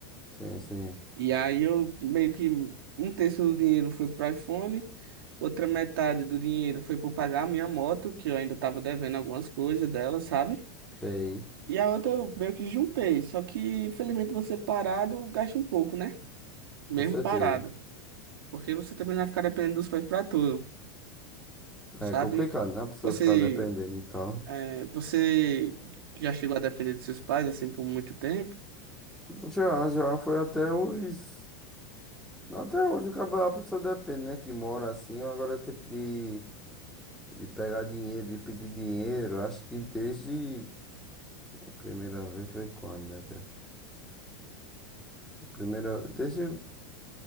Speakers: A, in the centre; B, on the right.
A: Sim, sim.
B: E aí eu meio que um terço do dinheiro foi pro iPhone, outra metade do dinheiro foi para pagar a minha moto, que eu ainda tava devendo algumas coisas dela, sabe?
A: Ei,
B: E a outra eu meio que juntei, só que infelizmente você parado gasta um pouco, né? Mesmo
A: com certeza.
B: parado, porque você também não vai ficar dependendo dos pais para tudo.
A: É
B: sabe?
A: complicado, né? A pessoa
B: Você,
A: ficar dependendo e tal.
B: é, você já chegou a depender dos seus pais assim por muito tempo?
A: Já, já foi até os. Não, Até hoje o cabo- a pessoa depende, né? Que mora assim, agora tipo de, de pegar dinheiro, de pedir dinheiro. Acho que desde. A primeira vez foi quando, meu Deus? A primeira. Deixa,